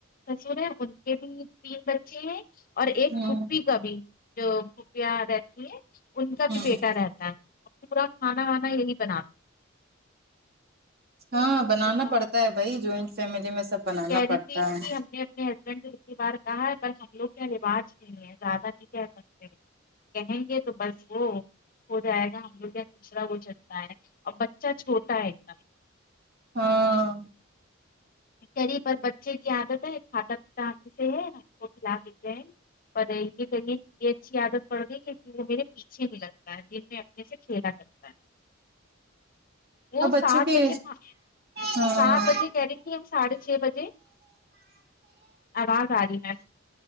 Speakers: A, on the left; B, on the right.
A: سسر ہیں ان کے بھی تین بچے ہیں اور ایک
B: ہوں
A: کھپپی کبھی جو پھپیاں رہتی ہے ان کا
B: ہوں
A: بھی بیٹا رہتا ہے اور پورا کھانا وانا یہی بناتا
B: ہاں بنانا
A: ہے۔ ارے باپ
B: پڑتا ہے
A: رے
B: بھائی جوائنٹ فیملی میں سب بنانا
A: کہہ رہی
B: پڑتا
A: تھی
B: ہے
A: کہ ہم نے اپنے نے اتی بار کہا ہے بس ہم لوگ کے یہ رواج نہیں ہے زیادہ نہیں کہہ سکتے کہیں گے تو بس وہ ہو جائے گا ہم لگ دوسرا وہ چلتا ہے اور بچہ چھوٹا ہے ایک دم
B: ہاں
A: قری پر بچے کی عادت ہے کھاتا پیتا ہم سے ہے ہم کو کھلا لیتے ہیں اور یہ کہے یہ اچھی عادت پڑ گئی کہ میرے اچھے بھی لگتا ہے دن میں اپنے سے کھیلا کرتا ہے وہ
B: اب بچوں
A: سات
B: کی
A: بجے ک
B: ہاں
A: سات بجے کیری ساڑھے چھ بجے آواز آ رہی میں